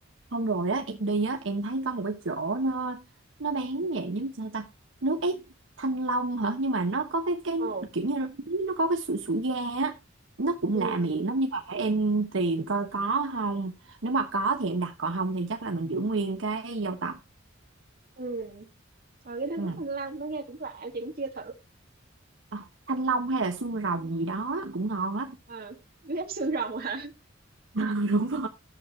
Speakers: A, on the right (about 65°); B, on the right (about 50°).
A: hôm rồi á em
B: Ừ.
A: đi á em thấy có một cái chỗ nó nó bán dạng giống sao ta nước ép thanh long hả nhưng mà nó có cái cái
B: ồ
A: kiểu như nó, nó có cái sủi sủi ga á nó cũng
B: ừ
A: lạ miệng lắm nhưng mà để em tìm coi có không nếu mà có thì em đặt còn không thì chắc là mình giữ nguyên cái dâu tằm
B: ừ ờ cái nước
A: ừ.
B: ép thanh long nó nghe cũng lạ chị cũng chưa thử
A: Ờ, thanh long hay là xương rồng gì đó cũng ngon lắm
B: ờ nước ép xương rồng hả
A: <laughs> đúng rồi